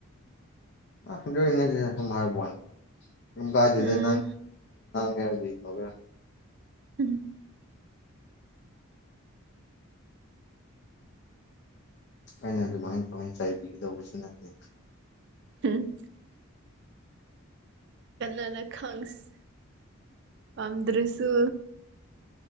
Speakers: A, on the left; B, on the right.
A: ꯑꯗ ꯃꯥꯔꯕꯅꯤ ꯥꯏꯗꯗ
B: ꯎꯝ
A: ꯀ ꯇꯕ
B: ꯍꯝ
A: ꯑꯩꯅ ꯑꯗꯨꯃꯥꯏꯅ ꯊꯃꯅ ꯆꯥꯏꯕꯤꯒꯗꯧꯕꯁꯨ ꯅꯠꯇꯦ
B: ꯎꯝ ꯀꯟꯅꯅ ꯈꯪꯁ ꯄꯥꯝꯗ꯭ꯔꯁꯨ